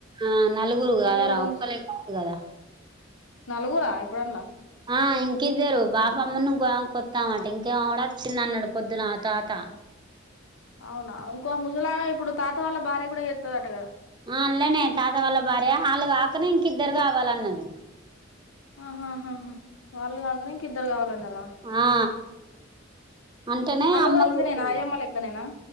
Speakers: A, on the right (about 25°); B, on the left (about 85°).
A: ఆ నలుగురు కదరా,
B: ఎవరిని
A: ఒక్కలే కాదు కదా
B: నలుగురా ఇప్పుడు అన్ల
A: ఆ ఇంకిద్దరు బాపమ్మను ఇంకో ఆమ కొత్తామాట ఇంకేమో కూడా వచ్చింది అన్నడు పొద్దున్న తాత.
B: అవునా ఇంకో ముసలామే ఇప్పుడు తాత వాల్ల భార్య కూడా చేత్తదట కదా
A: ఆ అన్లనే తాత వాళ్ల భార్య, హాలు కాకనే ఇంకిద్దరు కావాలన్నారు.
B: ఆహాహహా వాళ్ళు కాగనే ఇంకిద్దరు కావాలన్నరా?
A: ఆ అంటేనే అమ్మకు
B: కూడా ఇట్లనేనా
A: చెప్పంది,
B: ఆయమ్మ లెక్కనేనా